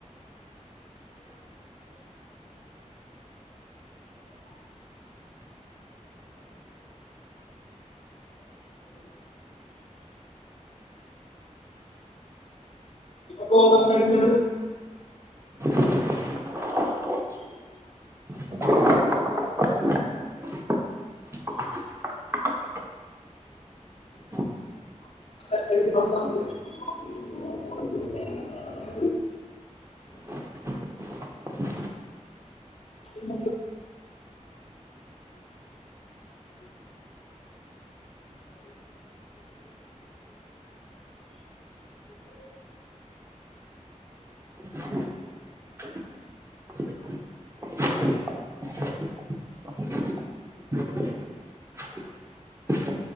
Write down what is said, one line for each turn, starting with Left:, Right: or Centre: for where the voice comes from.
Left: ಹೋಗಡಿ
Right: <inaudible> <inaudible>
Left: <unintelligible>
Right: <inaudible>
Left: ಹ್ಮ
Right: <inaudible> <inaudible>